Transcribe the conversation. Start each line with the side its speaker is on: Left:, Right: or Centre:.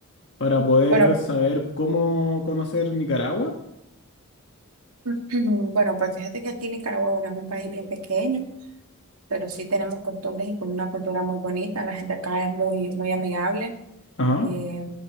Left: para poder
Right: Bueno,
Left: saber cómo conocer Nicaragua.
Right: <clears throat> Bueno, pues fíjate que aquí Nicaragua, bueno, es un país bien pequeño, pero sí tenemos costumbres y con una cultura muy bonita. La gente acá es muy, muy amigable,
Left: Ajá,
Right: eh,